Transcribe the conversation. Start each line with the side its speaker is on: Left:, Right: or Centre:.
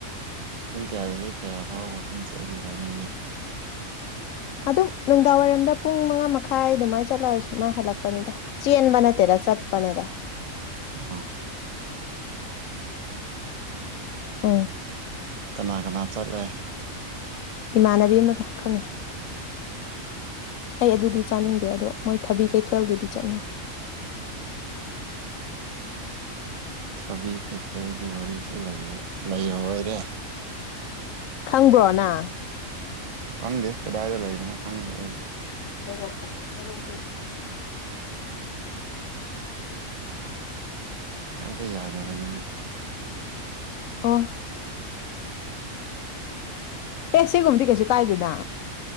Right: ꯄꯨꯡ ꯀꯌꯥꯗꯒꯤ ꯀꯌꯥ ꯐꯥꯎꯕ ꯋꯀꯤꯡ ꯆꯦꯂꯤꯕꯣ ꯅꯪꯒꯤ
Left: ꯑꯗꯨꯝ ꯅꯨꯡꯗꯥꯡꯋꯥꯏꯔꯝꯗ ꯄꯨꯡ ꯃꯉꯥ ꯃꯈꯥꯏ ꯑꯗꯨꯃꯥꯏꯅ ꯆꯠꯂꯛ ꯁꯨꯃꯥꯏꯅ ꯍꯜꯂꯛꯄꯅꯤꯗ ꯆꯦꯟꯕ ꯅꯠꯇꯦꯗ ꯆꯠꯄꯅꯦꯗ
Right: ꯑ
Left: ꯎꯝ
Right: ꯀꯅꯥ ꯀꯅꯥ ꯆꯠꯂꯦ
Left: ꯏꯃꯥꯟꯅꯕꯤ ꯑꯃꯒ ꯈꯪꯉꯦ ꯑꯩ ꯑꯗꯨꯗꯤ ꯆꯥꯅꯤꯡꯗꯦ ꯑꯗꯣ ꯃꯣꯏ ꯊꯕꯤ ꯀꯩꯊꯦꯜꯗꯨꯗꯤ ꯆꯠꯅꯤꯡꯉ
Right: ꯊꯕꯤ ꯀꯩꯊꯦꯜꯒꯤ ꯋꯥꯔꯤꯁꯨ ꯂꯩꯔꯦ ꯂꯩꯔꯣꯏꯔꯦ
Left: ꯈꯪꯕ꯭ꯔꯣ ꯅꯪ
Right: ꯈꯪꯗꯦ ꯀꯗꯥꯏꯗ ꯂꯩꯕꯅꯣ ꯈꯪꯗꯦ ꯑꯩꯗꯤ
Left: ꯍꯩꯔꯣꯛꯇ ꯍꯩꯔꯣꯛꯇ
Right: ꯍꯥꯏꯕ ꯌꯥꯗꯕꯅꯤꯅꯦ
Left: ꯑꯣ ꯑꯦ ꯁꯤꯒꯨꯝꯃꯗꯤ ꯀꯩꯁꯨ ꯀꯥꯏꯗꯦꯅ